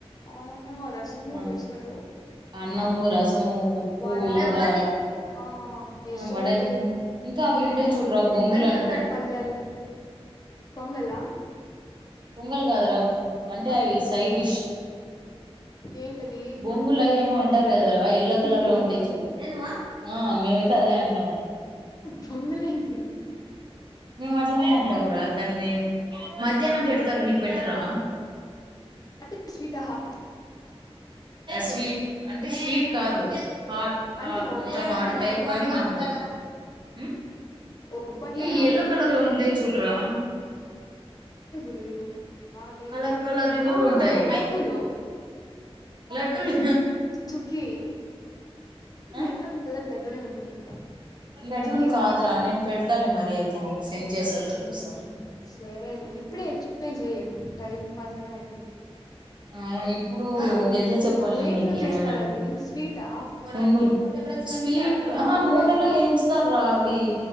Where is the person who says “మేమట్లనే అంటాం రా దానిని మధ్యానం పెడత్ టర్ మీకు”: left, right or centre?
Right